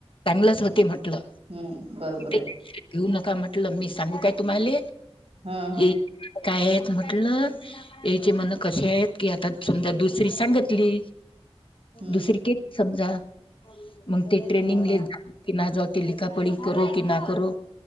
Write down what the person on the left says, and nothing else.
चांगलंच होते म्हटलं.
ते घेऊ नका म्हटलं मी सांगू काय तुम्हाला
ये काय म्हटलं याचे
मन कसी आहेत की आता समजा दुसरी सांगितली.
दुसरी के समजा मग ते ट्रेनिंग
की ते लिखापळी करो की ना करो